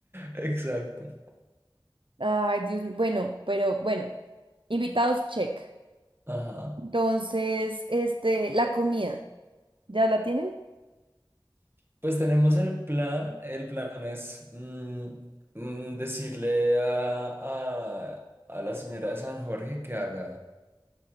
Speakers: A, on the right (about 25°); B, on the right (about 75°).
A: Exacto.
B: Ay, Dios, m- bueno, pero bueno, invitados, check.
A: Ajá.
B: Entonces, este, la comida, ¿ya la tienen?
A: Pues tenemos el plan. El plan es mm, mm, decirle a, a, a la señora de San Jorge que haga,